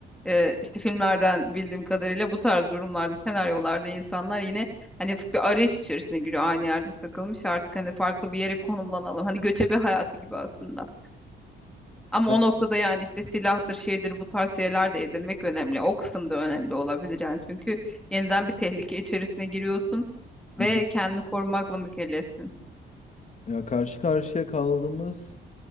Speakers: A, in the centre; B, on the left.
A: Ee, işte filmlerden bildiğim kadarıyla bu tarz durumlarda, senaryolarda insanlar yine hani bir arayış içerisine giriyor. Aynı yerde takılmış artık hani farklı bir yere konumlanalım. Hani göçebe hayatı gibi aslında. Ama
B: Ya,
A: o noktada yani işte silahtır, şeydir bu tarz şeyler de edinmek önemli. O kısım da önemli olabilir yani. Çünkü yeniden bir tehlike içerisine giriyorsun
B: hı
A: ve
B: hı.
A: kendini korumakla mükellefsin.
B: Ya karşı karşıya kaldığımız